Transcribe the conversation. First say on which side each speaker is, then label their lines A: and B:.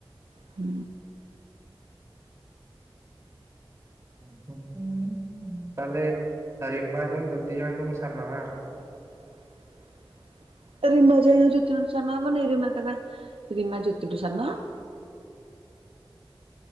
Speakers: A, on the right (about 85°); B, on the right (about 35°).
A: ହୁଁ।
B: ଉ-ଉ-ଉ ତାହେଲେ ରିମା ଜ୍ୱାଇଁ ଜ୍ୟୋତି ଜ୍ୱାଇଁଠୁ ସାନ ନା।
A: ହ ରିମା ଜ୍ୱାଇଁ ଜୋତିଠୁ ସାନ ହବନି ରିମାଟା ରିମା ଜୋତିଠୁ ସାନ। <inaudible>